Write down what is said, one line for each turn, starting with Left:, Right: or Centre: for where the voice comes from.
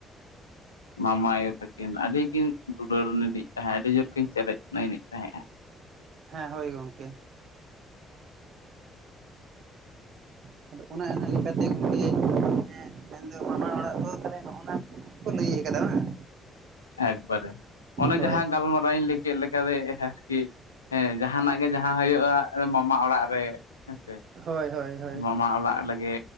Right: <unintelligible>
Left: ᱢᱟᱢᱟ ᱟᱭᱳ ᱛᱟᱹᱠᱤᱱ ᱟᱹᱰᱤ ᱠᱤᱱ ᱫᱩᱞᱟᱹᱲ ᱞᱤᱫᱤᱧ ᱛᱟᱦᱮᱸᱱᱟ ᱟᱹᱰᱤ ᱡᱳᱨ ᱠᱤᱱ ᱪᱮᱨᱮᱡ ᱮᱱᱜ ᱛᱟᱦᱮᱸᱼᱟ᱾
Right: ᱦᱮᱸ ᱦᱳᱭ ᱜᱚᱢᱠᱮ <unintelligible> ᱟᱫᱚ ᱚᱱᱮ ᱚᱱᱟ ᱞᱮᱠᱟᱛᱮ ᱜᱚᱸᱠᱮ ᱛᱮᱦᱮᱝ ᱫᱚ ᱢᱟᱢᱟ ᱚᱞᱟᱜ ᱫᱩᱣᱟᱨ ᱯᱟᱞᱮ ᱱᱚᱻᱱᱟ ᱠᱷᱟᱛᱤᱨ ᱜᱮᱠᱚ ᱞᱟᱹᱭ ᱟᱠᱟᱫᱟ᱾ ᱵᱟᱝ <unintelligible>
Left: ᱮᱠᱵᱟᱨᱮ ᱚᱱᱮ
Right: ᱦᱳᱭ
Left: ᱡᱟᱦᱟᱸ ᱜᱟᱞᱢᱟᱨᱟᱣᱤᱧ ᱞᱟᱹᱭ ᱪᱮᱫ ᱞᱮᱠᱟᱛᱮ ᱟᱨᱠᱤ ᱡᱟᱦᱱᱟᱜ ᱜᱮ ᱡᱟᱦᱟᱸ ᱦᱩᱭᱩᱜᱼᱟ ᱢᱟᱢᱟ ᱚᱲᱟᱜ ᱨᱮ ᱦᱮᱸ ᱥᱮ
Right: ᱦᱳᱭ ᱦᱳᱭ ᱦᱳᱭ
Left: ᱢᱟᱢᱟ ᱚᱲᱟᱜ ᱞᱟᱹᱜᱤᱫ ᱜᱮ